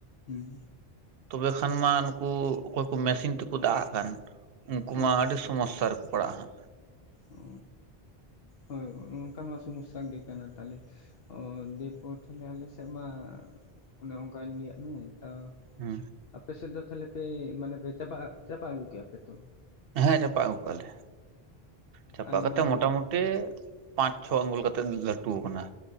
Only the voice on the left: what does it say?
ᱦᱩᱸ
ᱦᱳᱭ
ᱚ ᱦᱳᱭ ᱚᱱᱠᱟ ᱢᱟ ᱥᱚᱢᱚᱥᱥᱟ ᱜᱮ ᱠᱟᱱᱟ ᱛᱟᱦᱚᱞᱮ ᱚ ᱫᱮᱯᱚᱨ ᱛᱟᱦᱞᱮ ᱟᱞᱮ ᱥᱮ ᱢᱟ ᱚᱱᱮ ᱚᱱᱠᱟᱧ ᱞᱟᱹᱭᱟᱜᱼᱟ ᱢᱮ ᱛᱚ
ᱟᱯᱮ ᱥᱮᱫ ᱫᱚ ᱛᱟᱦᱚᱞᱮ ᱯᱮ ᱢᱟᱱᱮ ᱯᱮ ᱪᱟᱵᱟᱜ ᱪᱟᱵᱟ ᱟᱹᱜᱩ ᱠᱮᱭᱟ ᱯᱮ ᱯᱮᱛᱚ
ᱟᱞᱮ
ᱢᱟ
ᱫᱷᱩᱨᱟᱹ